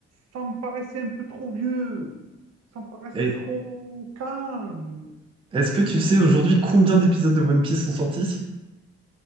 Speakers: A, on the right (about 60°); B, on the right (about 20°).
A: ça me paraissait un peu trop vieux. Ça me paraissait
B: Hey,
A: trop calme.
B: est-ce que tu sais aujourd'hui combien d'épisodes de One Piece sont sortis?